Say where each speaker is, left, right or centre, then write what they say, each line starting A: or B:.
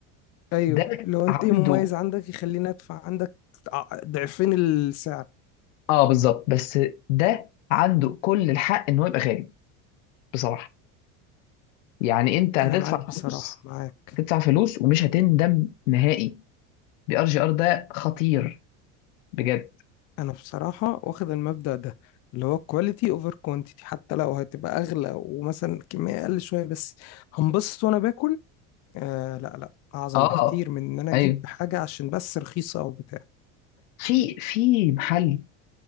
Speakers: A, on the left; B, on the left.
A: ايوه
B: ده
A: لو انت
B: عنده
A: ايه مميز عندك يخليني ادفع عندك ع- ضعفين السعر
B: اه بالظبط بس ده عنده كل الحق ان هو يبقى غالي بصراحه يعني انت هتدفع
A: انا معاك بصراحه
B: فلوس
A: معاك
B: هتدفع فلوس ومش هتندم نهائي بي ار جي ار ده خطير بجد
A: انا بصراحه واخد المبدأ ده اللي هو كواليتي اوفر كوانتيتي حتى لو هتبقى اغلى ومثلا الكميه اقل شويه بس هنبسط وانا باكل آه لا لا اعظم
B: اه
A: بكتير من ان انا اجيب
B: ايوه
A: حاجه عشان بس رخيصه او بتاع
B: في في محل